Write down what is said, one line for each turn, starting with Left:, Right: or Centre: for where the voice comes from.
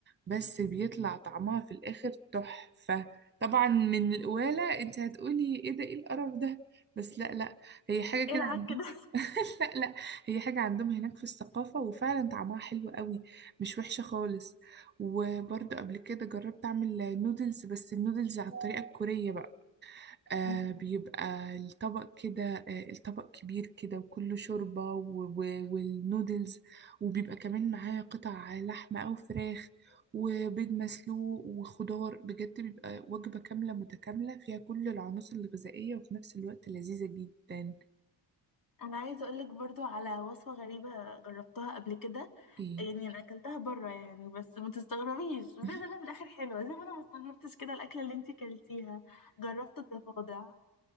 Right: بس بيطلع طعمها في الآخر تحفة طبعا من القوالة أنت هتقولي إيه ده إيه القرف ده بس لا لا هي حاجة
Left: ايه
Right: كده
Left: العك
Right: عندهم
Left: ده
Right: <laughs> لا لا هي حاجة عندهم هناك في الثقافة وفعلا طعمها حلو قوي مش وحشة خالص وبرضه قبل كده جربت أعمل نودلز بس النودلز على الطريقة الكورية بقى
Left: <laughs>
Right: آه بيبقى الطبق كده آه الطبق كبير كده وكله شوربة و- و- والنودلز وبيبقى كمان معاه قطع لحمة أو فراخ وبيض مسلوق وخضار بجد بيبقى وجبة كاملة متكاملة فيها كل العناصر الغذائية وفي نفس الوقت لذيذة جدا
Left: انا عايزه اقولك برضو على وصفه غريبه جربتها قبل كده
Right: ايه
Left: يعني انا اكلتها بره يعني بس ما تستغربيش بس
Right: <laughs>
Left: زي ما انا في الاخر حلوه زي ما انا ما استغربتش كده الاكله اللي انتي كلتيها جربت الضفادع